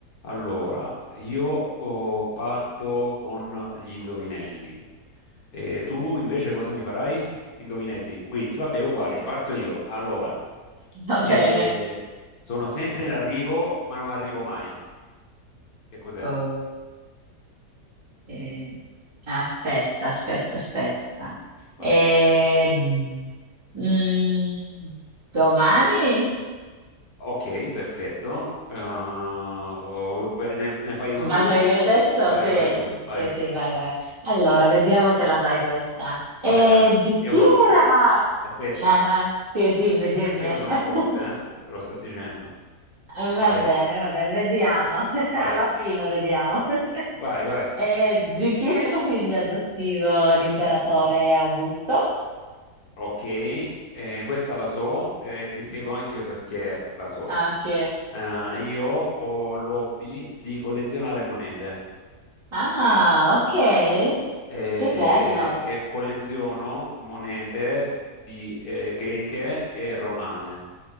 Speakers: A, on the left; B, on the right.
A: Allora, io oh, parto con gli indovinelli. E tu invece cosa mi farai? Indovinelli, quiz, vabbè, uguale, parto io. Allora,
B: <laughs> Va
A: eh,
B: bene.
A: sono sempre in arrivo, ma non arrivo mai. Che cos'è?
B: Oh, eh, aspetta, aspetta, aspetta.
A: Vai,
B: Eh,
A: aspetta.
B: mm, domani?
A: Ok, perfetto. Uh, ne, ne fai uno
B: Vado
A: tu?
B: io adesso?
A: Vai,
B: Sì,
A: vai tu, vai,
B: sì, sì, vai, vai. Allora, vediamo se la sai questa. Eh,
A: vai, vai.
B: di
A: Io
B: chi
A: sono forte.
B: era?
A: Aspetta,
B: Ah, sì, dimmi, dimmi.
A: io sono
B: <laughs>
A: forte, eh? Te te lo sto dicendo.
B: Va
A: Vai,
B: bene, va bene, vediamo. <laughs> Alla
A: vai.
B: fine vediamo. <laughs>
A: Vai, vai.
B: Eh, di chi era figlio adottivo l'imperatore Augusto?
A: Ok, eh, questa la so e ti spiego anche perché la so.
B: Ok.
A: Eh, io ho l'hobby di collezionare monete
B: Ah, ok.
A: eh,
B: Che bello.
A: e colleziono monete di, eh, greche e romane.